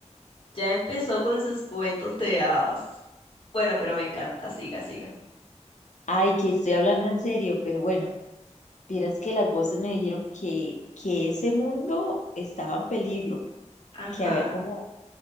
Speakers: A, on the left; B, on the left.
A: ya empezó con sus cuentos de hadas. Bueno, pero me encanta, siga, siga.
B: Ay, que estoy hablando en serio, pero bueno, vieras que las voces me dijeron que, que ese mundo estaba en peligro,
A: Ajá.
B: que había
A: <gasps>
B: como,